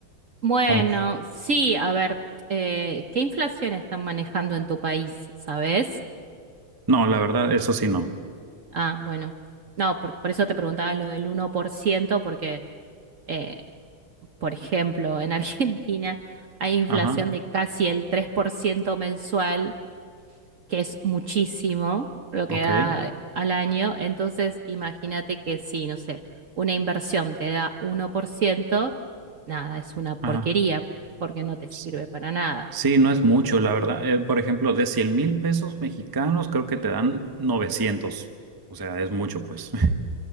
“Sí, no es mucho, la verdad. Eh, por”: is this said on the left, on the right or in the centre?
Right